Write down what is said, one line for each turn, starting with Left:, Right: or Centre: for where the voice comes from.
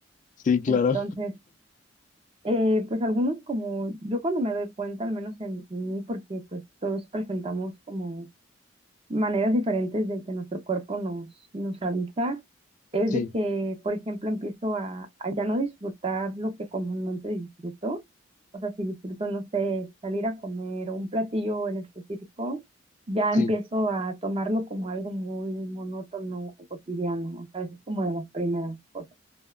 Left: Sí, claro.
Right: Entonces, eh, pues algunos como yo cuando me doy cuenta, al menos en, en mí, porque pues todos presentamos como maneras diferentes de que nuestro cuerpo nos, nos avisa es
Left: Sí,
Right: de que, por ejemplo, empiezo a, a ya no disfrutar lo que comúnmente disfruto. O sea, si disfruto, no sé, salir a comer o un platillo en específico, ya
Left: sí.
Right: empiezo a tomarlo como algo muy monótono o cotidiano. O sea, eso es como de las primeras cosas.